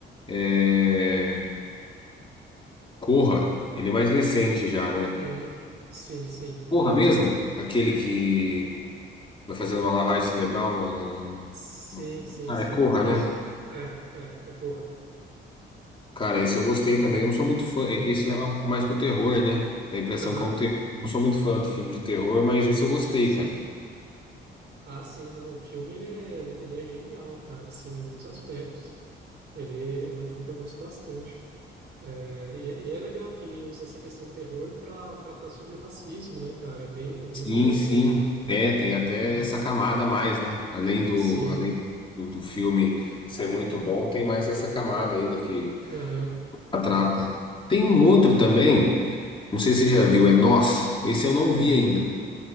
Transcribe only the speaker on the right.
Uhum. Sim, sim.
Sim,
sim,
sim.
Isso.
É, é, é Corra.
Uhum.
Aham,
Sim.
Ah, sim, não. O filme ele é, ele é genial, cara, assim, em muitos aspectos. Ele, ele é um filme que eu gosto bastante. É, e, e é legal que ele usa essa questão do terror para tratar sobre o racismo, né, cara? É Bem, bem
maneiro
isso aí.
Hum,
Sim.
Aham.